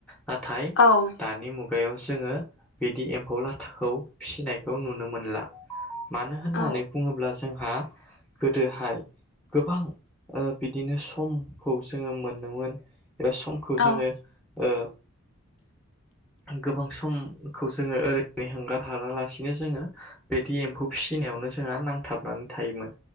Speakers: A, in the centre; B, on the left.
A: नाथाय
B: औ
A: दानि मुगायाव जोंङो बिदि एम्फौ लाथाखौ फिसिनायखौ नुनो मोनला मानो होननानै
B: औ
A: बुंङोब्ला जोंहा गोदोहाय गोबां ओ बिदिनो समखौ जोंङो मोनोमोन एबा समखौ
B: औ
A: जोंङो ओ गोबां सम खौ जोङो ओरैनो होंगार हाला लासिनो जोंङो बिदि एम्फौ फिसिनायावनो जोंहा नांथाबनानै थायोमोन